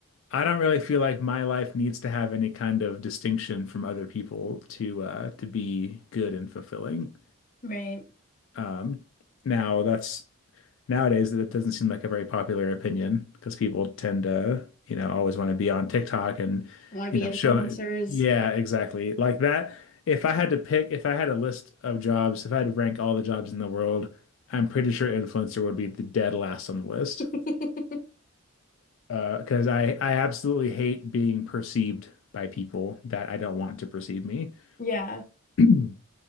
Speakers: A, on the left; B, on the left.
A: I don't really feel like my life needs to have any kind of distinction from other people to uh to be good and fulfilling.
B: Right.
A: Um now that's nowadays that doesn't seem like a very popular opinion because people tend to, you know, always want to be on TikTok and,
B: Want
A: you
B: to be
A: know,
B: influencers?
A: show yeah, exactly. Like that. If I had to pick, if I had a list of jobs, if I had to rank all the jobs in the world, I'm pretty sure influencer would be the dead last on the list.
B: <laughs>
A: Uh, because I I absolutely hate being perceived by people that I don't want to perceive me.
B: Yeah.
A: <clears throat>